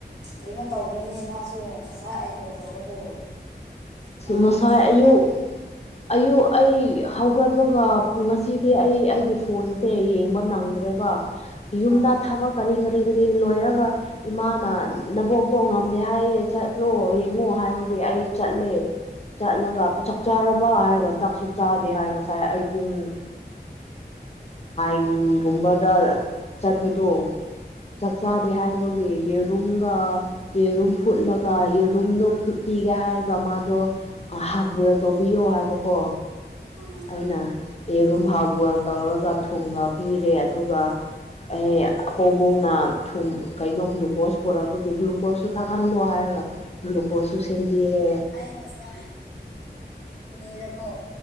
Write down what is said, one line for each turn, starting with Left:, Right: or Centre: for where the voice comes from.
Right: ꯂꯣꯏꯅ ꯇꯧ ꯍꯧꯈ꯭ꯔꯦꯅꯦ ꯃꯥꯁꯨ ꯉꯁꯥꯏ ꯑꯩꯀꯣ ꯇꯧꯕꯀꯣ ꯃꯥꯒꯤ
Left: ꯉꯁꯥꯏ
Right: ꯈꯨꯟ
Left: ꯑꯌꯨꯛ ꯑꯌꯨꯛ ꯑꯩ ꯍꯧꯒꯠꯄꯒ ꯉꯁꯤꯗꯤ ꯑꯩ ꯑꯩꯒꯤ ꯐꯣꯟꯁꯦ ꯌꯦꯡꯕ ꯅꯪꯗ꯭ꯔꯦꯕ ꯌꯨꯝꯗ
Right: ꯑꯥ
Left: ꯊꯥꯕ ꯀꯔꯤ ꯀꯔꯤ ꯀꯔꯤ ꯀꯔꯤ ꯂꯣꯏꯔꯒ ꯏꯃꯥꯅ ꯅꯕꯣꯛꯇꯣꯡꯉꯝꯗꯦ ꯍꯥꯏꯌꯦ ꯆꯠꯂꯣ ꯌꯦꯡꯉꯣ ꯍꯥꯏꯕꯒꯤ ꯑꯩ ꯆꯠꯂꯦ ꯆꯠꯂꯒ ꯆꯥꯛ ꯆꯥꯔꯕ ꯍꯥꯏꯔꯒ ꯆꯥꯛꯁꯨ ꯆꯥꯗꯦ ꯍꯥꯏ ꯉꯁꯥꯏ ꯑꯩꯕꯨꯡ ꯏꯟꯒꯨꯝꯕꯗ ꯆꯠꯄꯗꯣ ꯆꯥꯛꯆꯥꯥꯗꯦ ꯍꯥꯏꯕꯒꯤ ꯌꯦꯔꯨꯝꯒ ꯌꯦꯔꯨꯝ ꯐꯨꯠꯂꯒ ꯌꯦꯔꯨꯝꯗꯣ ꯐ ꯄꯤꯒꯦ ꯍꯥꯏꯔꯒ ꯃꯥꯗꯣ ꯍꯥꯞꯕꯦꯜ ꯇꯧꯕꯤꯌꯣ ꯍꯥꯏꯕꯀꯣ
Right: ꯎꯝ
Left: ꯑꯩꯅ ꯌꯦꯔꯨꯝ ꯍꯥꯎ ꯕꯣꯏꯜ ꯇꯧꯔꯒ ꯊꯨꯝꯉ ꯄꯤꯔꯦ ꯑꯗꯨꯒ ꯑꯦ ꯑꯄꯕꯣꯡꯅ ꯊꯨꯝ ꯀꯩꯅꯣ ꯒ꯭ꯂꯨꯀꯣꯁ ꯄꯨꯔꯛꯄꯒꯤ ꯒ꯭ꯂꯨꯀꯣꯁꯁꯨ ꯊꯥꯛꯍꯜꯂꯣ ꯍꯥꯏꯔ ꯂꯒ꯭ꯂꯨꯀꯣꯁꯨ ꯁꯦꯝꯕꯤꯔꯦ
Right: ꯑꯩ ꯉꯁꯥꯏ ꯏꯗꯀꯣ